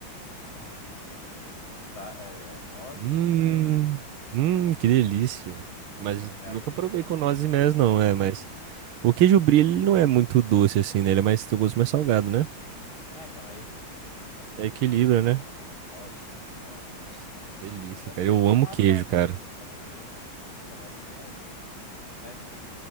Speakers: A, on the left; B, on the right.
A: é queijo brie, musta é, é, nozes
B: Hum,
A: e mel.
B: hum, que delícia.
A: Essa
B: Mas
A: coisa meio
B: nunca
A: agridoce
B: provei com nozes
A: assim
B: e mel,
A: e tal.
B: não, é, mas O queijo brie, ele não é muito doce assim, né? Ele é mais, tem um gosto mais salgado, né?
A: Uhum. Ah, então aí equilibra justamente
B: É equilibra,
A: com
B: né?
A: o- com as nozes, com o mel e tal.
B: Nossa, delícia,
A: Mas acho
B: cara.
A: que
B: Eu
A: é isso. Ou
B: amo
A: um açaí,
B: queijo, cara.
A: assim, quando é doce, a gente só vai de açaí aqui. Mas, mas